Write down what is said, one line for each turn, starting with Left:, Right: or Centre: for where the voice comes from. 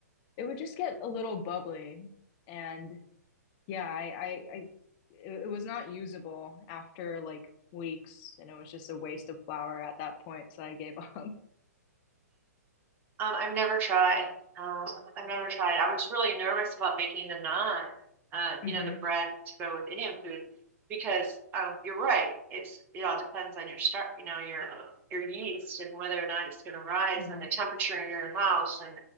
Left: It would just get a little bubbly. And yeah, I, I, I it, it was not usable after like weeks, and it was just a waste of flour at that point. So I gave up.
Right: Um, I've never tried. Um, I've never tried. I was really nervous about making the naan, uh,
Left: <laughs> hmm
Right: you know, the bread to go with Indian food, because um, you're right. It's it all depends on your start, you know, your your yeast and whether or not it's going to rise
Left: hmm
Right: and the temperature in your house and